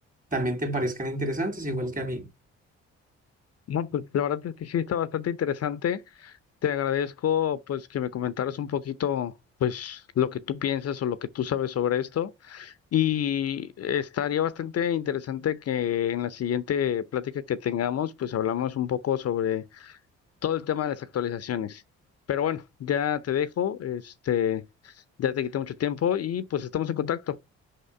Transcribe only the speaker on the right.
también te parezcan interesantes, igual que a mí.